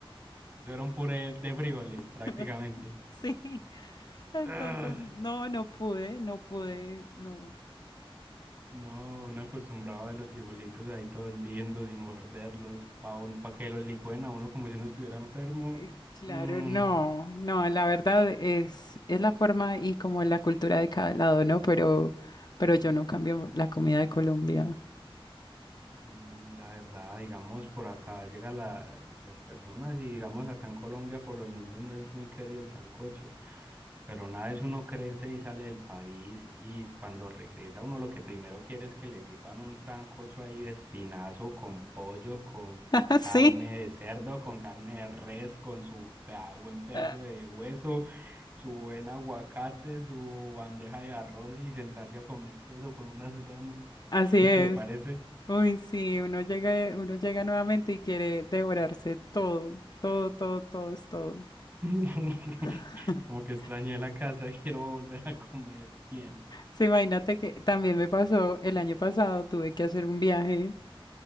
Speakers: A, on the right; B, on the left.
A: Eso era un puré de frijoles,
B: <laughs>
A: prácticamente.
B: Sí, entonces
A: Ugh.
B: no, no pude, no pude, no.
A: No, uno acostumbraba a los frijolitos ahí todos lindos y morderlos para que los licuen a uno como si uno estuviera enfermo.
B: Eh, Claro,
A: Mm.
B: no, no, la verdad es, es la forma y como la cultura de cada lado, ¿no? Pero, pero yo no cambio la comida de Colombia.
A: Mm, La verdad, digamos, por acá llegan las personas y digamos acá en Colombia por los niños no es muy querido el sancocho, pero una vez uno crece y sale del país y cuando regresa uno lo que primero quiere es que le sirvan un sancocho ahí de espinazo con pollo, con
B: <laughs>
A: carne
B: Sí,
A: de cerdo, con carne de res, con su pea- buen pedazo
B: ah,
A: de hueso, su buen aguacate, su bandeja de arroz y sentarse a comer eso con unas ganas,
B: así
A: <laughs>
B: es.
A: ¿te parece?
B: Uy, sí, uno llega, uno llega nuevamente y quiere devorarse todo, todo, todo, todo, es todo.
A: <laughs>
B: <laughs>
A: Como que extrañé la casa, <laughs> quiero volver a comer bien.
B: Sí, imagínate que también me pasó el año pasado, tuve que hacer un viaje.